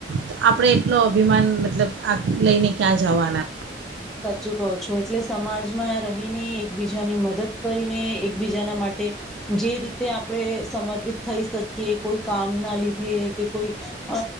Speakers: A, on the right (about 80°); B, in the centre.
A: તો આપણે એટલો અભિમાન મતલબ આગ લઈને ક્યાં જવાના.
B: સાચું કહો છો એટલે સમાજમાં રહીને એકબીજાની મદદ કરીને એકબીજાના માટે જે રીતે આપણેે સમર્પિત થઈ શકીએ કોઈ કામ ના લીધે કે કોઈ, અ